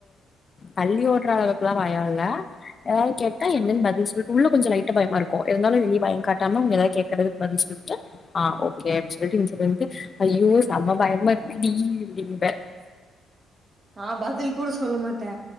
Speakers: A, on the left; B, on the right.
A: பல்லி ஓட்ற அளவுக்குல்லா பயோ இல்ல ஏதாவது கேட்டா என்னன்னு பதில் சொல்லிட்டு உள்ள கொஞ்சோ லைட்டா பயமா இருக்கு இருந்தாலு வெளிய பயம் காட்டாம அவுங்க எதாது கேக்குறதுக்கு பதில் சொல் ட்டு ஆ ஓகே அப்டின்னு சொல்லிட்டு இந்த சைடு வந்து ஐயோ செம பயமா இருக்குடி அப்டிம்பே
B: ஆ பதில் கூட சொல்ல மாட்டே